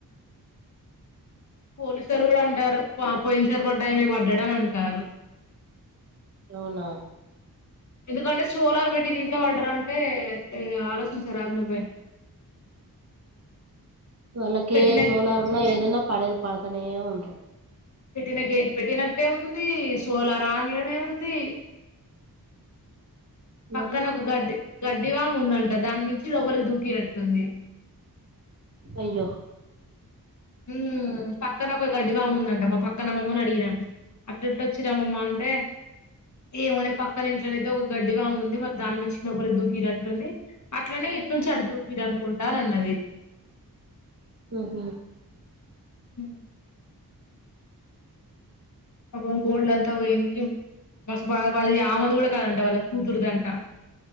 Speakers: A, on the left (about 50°); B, on the right (about 45°).
A: పోలీసులు కూడా అంటారు వామో పోయిన సారి పడాయిననే పండాడ అంటారు
B: అవునా
A: ఎందుకంటే, చోలర్ పెట్టినిట్ల పడ్డరంటే ఇగ ఆలోచించరా నువ్వే.
B: వాళ్లకే
A: పెట్టిన
B: సోలారున్నా, ఏదున్నా పడేదు పడ తనే ఉండ్రు
A: పెటిన గేట్ పెట్టినట్టే ఉంది. సు చోలర్ అన్లోనే ఉంది. పక్కనొక
B: మరి
A: గడ్డి గడ్ డి వాముందట దాని మించి లోపలికి దూకిరట్టుంది
B: అయ్యో
A: మ్మ్ పక్కనొక గడ్డివాముందట. మా పక్కన అమ్మమ్మని అడిగినా. అట్లెట్ల వచ్చిరమ్మమ్మా అంటే! ఏమోనే పక్కనింట్లో నయితే ఒక గడ్డివాముంది. మరి దాని మించి లోపలికి దుక్కినట్టుంది. అట్లనే, ఇటు నుంచి అటు దూకిర్ అనుకుంట అనన్ అదే
B: మ్మ్ హు
A: హు పాపం గోల్డ్ అంతా పోయింది. మస్త్ బాదపడి, అది ఆమెది కూడ కాదంట. వాళ్ళ కూతుర్ధంట.